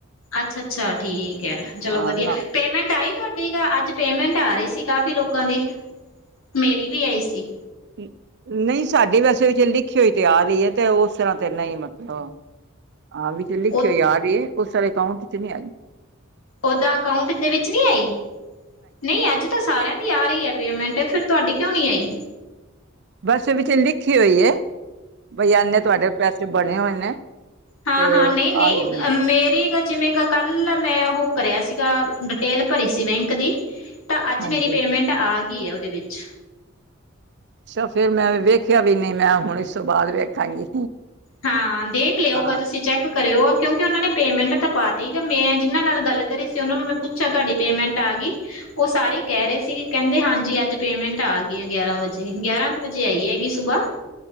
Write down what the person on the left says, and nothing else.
ਅੱਛਾ-ਅੱਛਾ ਠੀਕ ਹੈ, ਚਲੋ
ਵਧੀਆ,
ਪੇਮੈਂਟ ਆਈ ਤੁਹਾਡੀ ਗ ਅੱਜ। ਪੇਮੈਂਟ ਆ ਰਹੀ ਸੀ, ਕਾਫੀ ਲੋਕਾਂ ਦੀ। ਮੇਰੀ ਵੀ ਆਈ ਸੀ।
ਉਹ
ਓਦਾਂ ਅਕਾਊਂਟ ਦੇ ਵਿੱਚ ਨੀ ਆਈ, ਨਹੀਂ ਅੱਜ ਤਾਂ ਸਾਰਿਆਂ ਦੀ ਆ ਰਹੀ ਹੈ ਪੇਮੈਂਟ। ਤੇ ਫਿਰ ਤੁਹਾਡੀ ਕਿਉਂ ਨਹੀਂ ਆਈ?
ਹਾਂ-ਹਾਂ,
ਨਹੀਂ- ਨਹੀਂ,
ਮੇਰੀ ਗੱ ਜਿਵੇਂ ਗ ਕੱਲ ਮੈਂ ਉਹ ਕਰਿਆ ਸੀਗਾ, ਡਿਟੇਲ ਭਰੀ ਸੀ ਬੈਂਕ ਦੀ। ਤਾਂ, ਅੱਜ
ਮੇਰੀ ਪੇਮੈਂਟ ਆ ਗ ਕੀ ਐ, ਉਹਦੇ ਵਿੱਚ
ਹਾਂ, ਦੇਖ
ਲਿਆਓਗਾ, ਤੁਸੀਂ ਚੈੱਕ ਕਰਿਓ, ਕਿਉਂਕਿ ਉਹਨਾਂ ਨੇ ਪੇਮੈਂਟ ਤਾਂ ਪਾਤੀ ਗਾ, ਮੈਂ ਜਿਹਨਾਂ ਨਾਲ ਗੱਲ ਕਰੀ ਸੀ ਉਹਨਾਂ ਨੂੰ ਮੈਂ ਪੁੱਛਿਆਂ, ਤੁਹਾਡੀ ਪੇਮੈਂਟ ਆ ਗਈ? ਉਹ ਸਾਰੇ ਹੀ ਕਹਿ ਰਹੇ ਸੀ ਕਹਿੰਦੇ ਹਾਂਜੀ, ਅੱਜ ਪੇਮੈਂਟ ਆ ਗਈ ਆ, ਗਿਆਰਾਂ ਵਜੇ ਗਿਆਰਾਂ ਕੁ, ਵਜੇ ਆਈ ਹੈਗੀ ਸੁਬਾਹ।